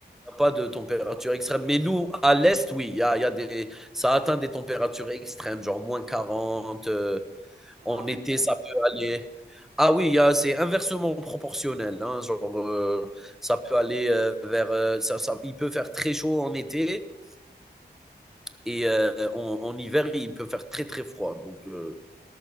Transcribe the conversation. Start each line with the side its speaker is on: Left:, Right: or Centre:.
Centre: pas de température extrême. Mais nous, à l'Est, oui, il y a, il y a des, ça atteint des températures extrêmes, genre moins 40 euh,
Right: Oh
Centre: en
Right: my
Centre: été,
Right: God.
Centre: ça peut aller. Ah oui, il y a- c'est inversement proportionnel. hein, genre, euh, ça peut aller euh, vers. euh, ça, ça- il peut faire très chaud en été et euh, en, en hiver, il peut faire très, très froid. Donc, euh,